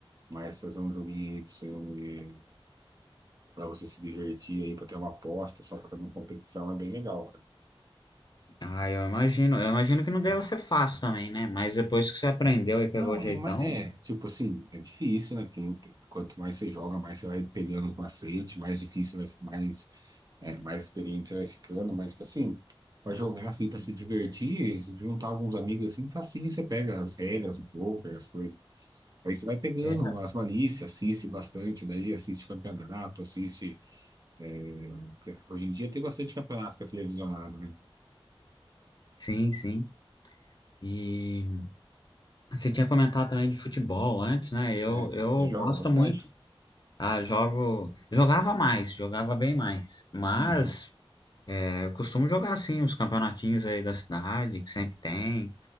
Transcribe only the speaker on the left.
Ah, eu imagino. Eu imagino que não deva ser fácil também, né? Mas depois que você aprendeu e pegou
o jeitão,
é.
Sim, sim. E você tinha comentado também de futebol antes, né? Eu,
eu
gosto
muito. Ah, jogo. Jogava mais, jogava bem mais. Mas
é, eu costumo jogar sim, os campeonatinhos aí da cidade, que sempre tem.